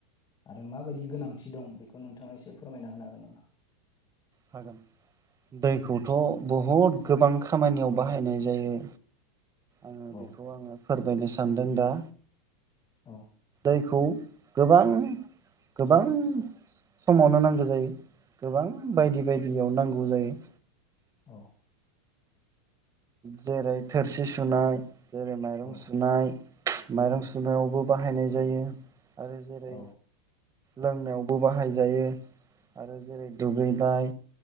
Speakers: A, on the left; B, on the right.
A: आरो माबायदि गोनांथि दं बेखौ नोंथाङा एसे फोरमायना होनो हागोन नामा
B: हागोन दैखौथ बहुद गोबां खामानियाव बाहायनाय जायो आङो
A: औ
B: बेखौ आङो फोर बायनदि सानदों दा
A: औ
B: दैखौ गोबां गोबां समावनो नांगौ जायो गोबां बायदि बायदियाव नांगौ जायो
A: अ
B: जेरै थोरसि सुनाय जेरै माइरं
A: औ
B: सुनाय माइरं
A: औ
B: सुनायावबो बाहायनाय जायो आरो जेरै
A: औ
B: लोंनायावबो बाहायजायो आरो जेरै दुगै नाय